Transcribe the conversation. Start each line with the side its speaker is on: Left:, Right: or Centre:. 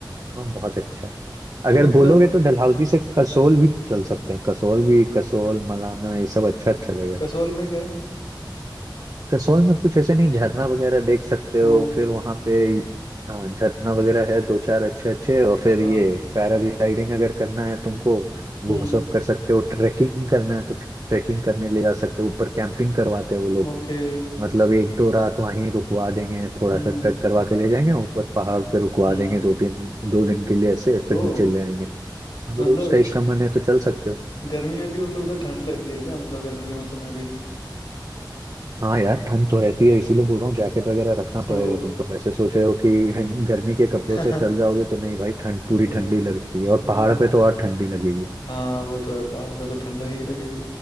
Right: और बहुत अच्छा है।
Left: तो
Right: अगर
Left: मतलब
Right: बोलोगे तो डलहौजी से कसोल भी चल सकते हैं कसोल भी कसोल मलाना ये सब अच्छा अच्छा जगह
Left: कसौल
Right: है।
Left: में क्या है
Right: कसौल में कुछ ऐसे नहीं झरना वगैरह देख सकते
Left: ओ
Right: हो फिर वहां पे हाँ झरना वगैरह है दो चार अच्छे अच्छे और फिर ये
Left: हाँ
Right: पैराग्लाइडिंग अगर करना है तुमको वो
Left: हम्म
Right: सब कर सकते हो ट्रैकिंग करना है तो ट्रैकिंग करने ले जा सकते हो ऊपर कैंपिंग करवाते हैं वो लोग
Left: ओके
Right: मतलब एक दो रात वहीं रुकवा देंगे थोड़ा
Left: हम्म
Right: सा ट्रैक करवा के ले जाएंगे ऊपर पहाड़ पे रुकवा
Left: हम्म
Right: देंगे दो तीन दो दिन के लिए ऐसे फिर
Left: ओ
Right: नीचे ले आएंगे अगर
Left: मतलब
Right: उस टाइप का मन है तो चल सकते हो
Left: गर्मी में भी मतलब उधर ठंड लगती है क्या मतलब गर्मी के मौसम में भी
Right: हाँ यार ठंड तो रहती है इसीलिए बोल रहा हूँ जैकेट वगैरह रखना
Left: ओ
Right: पड़ेगा तुमको ऐसे सोच रहे हो कि हन- गर्मी के कपड़ों
Left: <laughs>
Right: से चल जाओगे तो नहीं भाई ठंड पूरी
Left: अरे
Right: ठंडी
Left: यार
Right: लगती है और
Left: ओ
Right: पहाड़ पे तो और ठंडी लगेगी
Left: हाँ वो तो है पहाड़ पे तो ठंड ही लगेगी